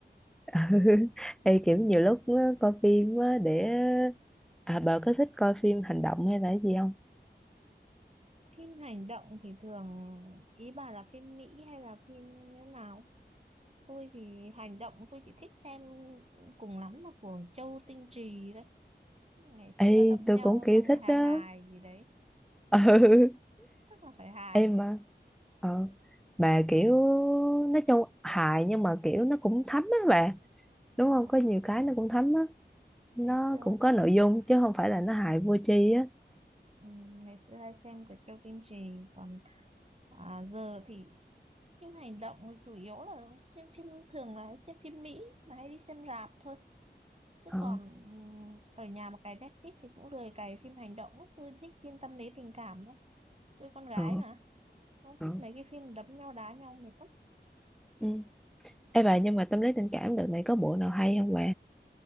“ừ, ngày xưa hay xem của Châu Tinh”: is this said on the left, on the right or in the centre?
Right